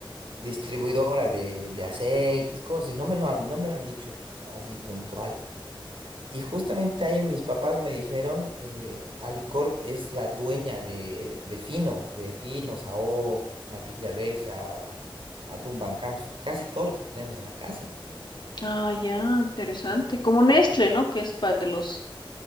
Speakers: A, on the right (about 80°); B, on the left (about 60°).
A: distribuidora de, de aceites, cosas, y no me lo han, no me lo han dicho así puntual. Y justamente ahí mis papás me dijeron, eh, Alicorp es la dueña de, de Fino, de Fino, Sao, Matilla Regia, Atún Bancamps, casi todo lo que tenemos en la casa.
B: Ah, ya, interesante. Como Nestlé, ¿no? Que es para de los